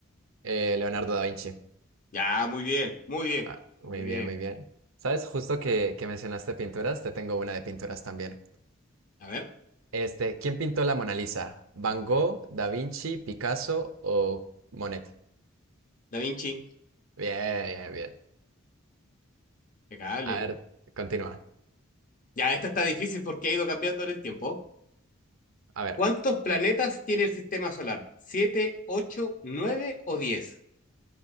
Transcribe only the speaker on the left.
Ya, muy bien, muy bien,
muy
bien.
A ver,
da Vinci,
impecable.
Ya, esta está difícil porque ha ido cambiando en el tiempo.
¿Cuántos planetas tiene el sistema solar? ¿Siete, ocho, nueve o diez?